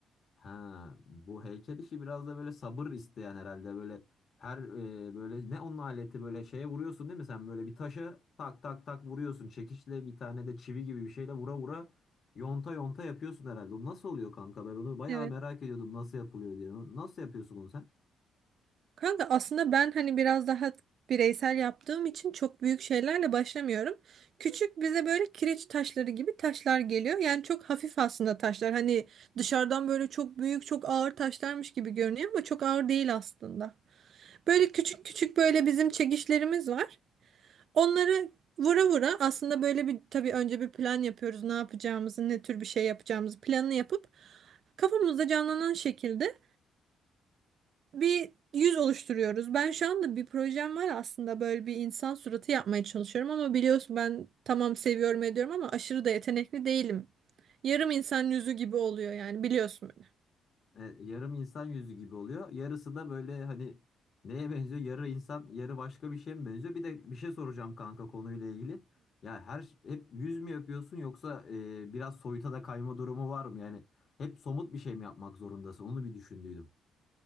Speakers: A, on the left; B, on the right.
A: Ha, bu heykel işi biraz da böyle sabır isteyen herhalde böyle her e, böyle ne onun aleti böyle şeye vuruyorsun değil mi sen böyle bir taşa tak tak tak vuruyorsun çekiçle bir tane de çivi gibi bir şeyle vura vura yonta yonta yapıyorsun herhalde. O nasıl oluyor kanka ben onu bayağı
B: Evet.
A: merak ediyordum nasıl yapılıyor diye. Nasıl yapıyorsun onu sen?
B: Kanka aslında ben hani biraz daha bireysel yaptığım için çok büyük şeylerle başlamıyorum. Küçük bize böyle kireç taşları gibi taşlar geliyor. Yani çok hafif aslında taşlar. Hani dışarıdan böyle çok büyük, çok ağır taşlarmış gibi görünüyor ama çok ağır değil aslında. Böyle küçük küçük böyle bizim çekişlerimiz var. Onları vura vura aslında böyle bir tabii önce bir plan yapıyoruz. Ne yapacağımızı, ne tür bir şey yapacağımızı planını yapıp kafamızda canlanan şekilde bir yüz oluşturuyoruz. Ben şu anda bir projem var aslında böyle bir insan suratı yapmaya çalışıyorum ama biliyorsun ben tamam seviyorum ediyorum ama aşırı da yetenekli değilim. Yarım insan yüzü gibi oluyor yani biliyorsun beni.
A: e, yarım insan yüzü gibi oluyor. Yarısı da böyle hani neye benziyor? Yarı insan, yarı başka bir şeye mi benziyor? Bir de bir şey soracağım kanka konuyla ilgili. Ya her hep yüz mü yapıyorsun yoksa e, biraz soyuta da kayma durumu var mı? Yani hep somut bir şey mi yapmak zorundasın? Onu bir düşündüydüm.